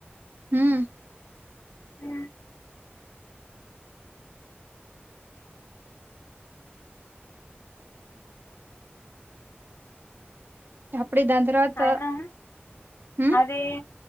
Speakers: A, on the right; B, on the left.
A: హుమ్
B: ఆ
A: టప్ అప్పుడే దాని తరవాత
B: అయినా
A: హుమ్?
B: అది